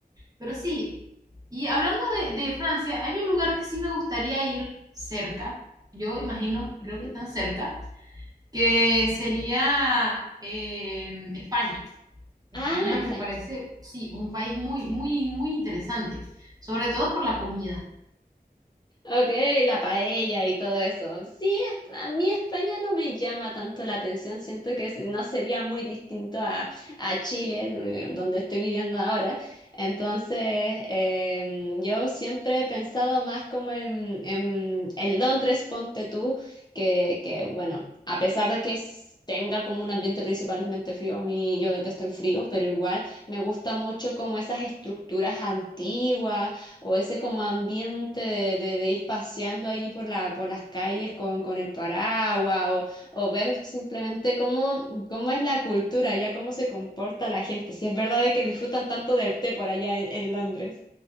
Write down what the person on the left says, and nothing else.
ujú.
Ah, España.
Ok, la paella y todo eso. Sí, es- a mí España no me llama tanto la atención. Siento que se- no sería muy distinto a, a Chile, el- eh, donde estoy viviendo ahora. Entonces, em, yo siempre he pensado más como en, en, en Londres, ponte tú, que, que, bueno, a pesar de que s- tenga como un ambiente principalmente frío, a mí yo detesto el frío, pero igual me gusta mucho como esas estructuras antiguas o ese como ambiente de, de- de ir paseando ahí por la, por las calles con, con el paraguas o, o ver simplemente cómo, cómo es la cultura, ya cómo se comporta la gente, si es verdad de que disfrutan tanto del té por allá en, en Londres.